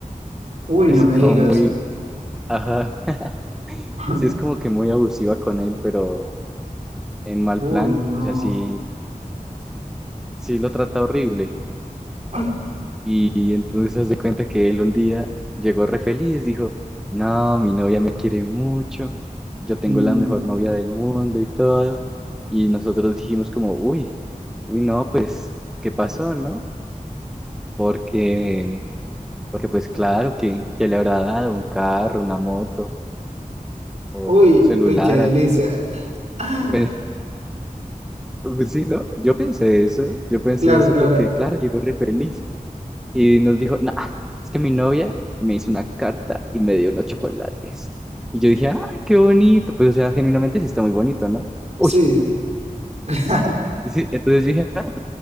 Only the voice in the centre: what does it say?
<laughs>
Es
como muy, ajá. <laughs>
Sí, es como que muy abusiva con él, pero en mal
plan.
O sea, sí, sí lo trata horrible.
Y, entonces haz de cuenta que él un día llegó re feliz, dijo, no, mi novia me quiere mucho, yo tengo
la mejor novia del mundo y todo. Y nosotros dijimos como, uy, uy, no, pues, ¿qué pasó, no? Porque, porque pues claro, que, que le habrá dado un carro, una moto o
un celular.
algo".
Pens- <laughs> Pues, sí, ¿no? Yo pensé eso, yo pensé
eso
porque, claro, llegó re feliz. y nos dijo, nah, es que mi novia me hizo una carta y me dio unos chocolates. Y yo dije, ah, qué bonito. Pues, o sea, genuinamente sí está muy bonito, ¿no? Uy,
sí. Entonces yo dije, "Ah,